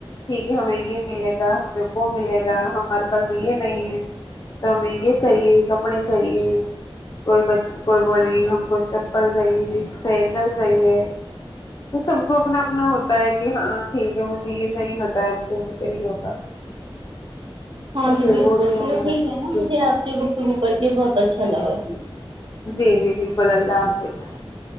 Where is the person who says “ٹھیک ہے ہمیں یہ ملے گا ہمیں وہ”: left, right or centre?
Left